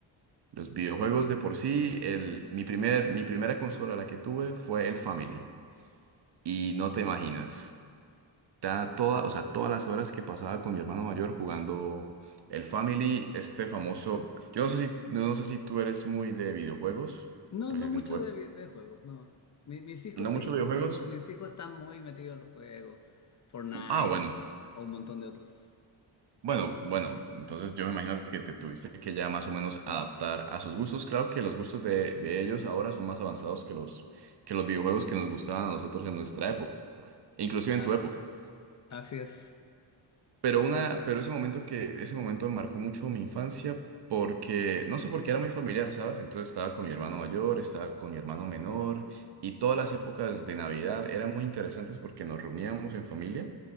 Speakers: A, on the right (about 55°); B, on the left (about 40°).
A: Los videojuegos de por sí, el, mi primer, mi primera consola la que tuve fue el Family. Y no te imaginas ta- toda, o sea, todas las horas que pasaba con mi hermano mayor jugando el Family, este famoso. Yo no sé si, no sé si tú eres muy de videojuegos,
B: No,
A: pues
B: no
A: en
B: mucho
A: tu época.
B: de, vi- de juegos, no. Mi- mis hijos
A: No
B: sí,
A: muchos
B: mis
A: videojuegos.
B: hijos, mis hijos están muy metidos en los juegos, Fortnite
A: Ah, bueno.
B: o, o un montón de otros.
A: Bueno, bueno, entonces yo me imagino que te tuviste que ya más o menos adaptar a sus gustos. Claro que los gustos de, de ellos ahora son más avanzados que los, que los videojuegos que nos gustaban a nosotros en nuestra época, inclusive
B: Ah,
A: en tu época.
B: así es.
A: Pero una, pero ese momento que, ese momento marcó mucho mi infancia porque, no sé por qué era muy familiar, ¿sabes? Entonces estaba con mi hermano mayor, estaba con mi hermano menor y todas las épocas de Navidad eran muy interesantes porque nos reuníamos en familia.